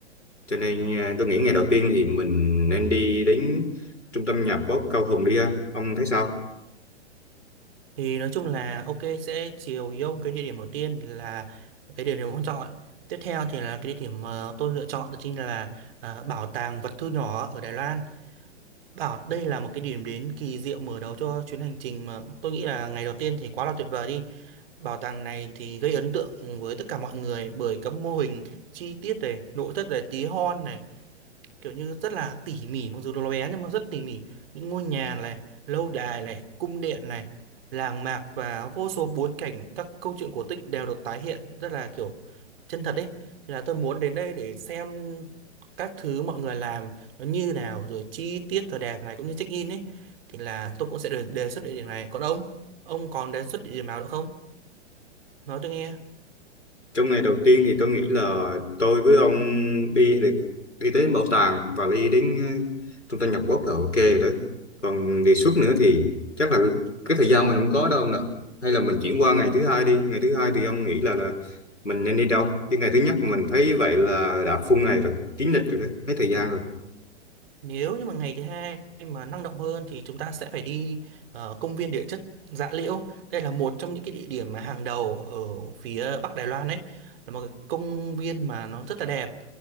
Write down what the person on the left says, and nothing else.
cho nên à, tôi nghĩ ngày đầu tiên thì mình nên đi đến trung tâm nhạc pop Cao Hùng đi ha. Ông thấy sao?
Trong ngày đầu tiên thì tôi nghĩ là tôi với ông đi được đi tới bảo tàng và đi đến ờ, trung tâm nhập quốc là ok rồi đấy. Còn đề xuất nữa thì chắc là cái thời gian mình không có đâu ông nè. Hay là mình chuyển qua ngày thứ hai đi. Ngày thứ hai thì ông nghĩ là là mình nên đi đâu? Chứ ngày thứ nhất mình thấy vậy là đã full ngày rồi, kín lịch rồi đấy, hết thời gian rồi.